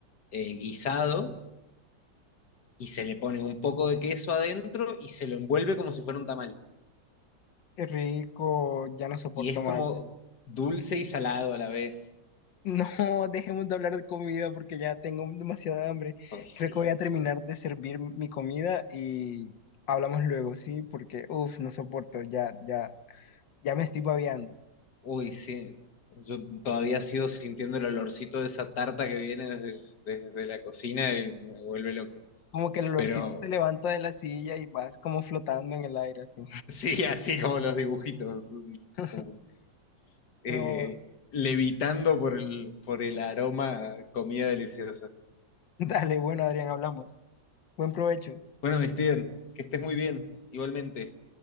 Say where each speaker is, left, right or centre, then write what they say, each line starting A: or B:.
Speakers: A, on the left; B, on the left.
A: eh, guisado, y se le pone un poco de queso adentro y se lo envuelve como si fuera un tamal.
B: Qué rico, ya no soporto
A: Y es como
B: más.
A: dulce y salado a la vez.
B: No, <laughs> dejemos de hablar de comida porque ya tengo demasiada hambre.
A: Ay, sí.
B: Creo que voy a terminar de servir mi comida y hablamos luego, ¿sí? Porque, uff, no soporto, ya, ya, ya me estoy babeando.
A: Uy, sí, yo todavía sigo sintiendo el olorcito de esa tarta que viene desde, desde la cocina y me vuelve loco.
B: Como que el olorcito
A: Pero
B: te levanta de la silla y vas como flotando en el aire así.
A: sí, así como los dibujitos,
B: <laughs>
A: como, eh,
B: No,
A: levitando por el, por el aroma a comida deliciosa.
B: dale, bueno, Adrián, hablamos. Buen provecho.
A: Bueno, mi Steven, que estés muy bien, igualmente.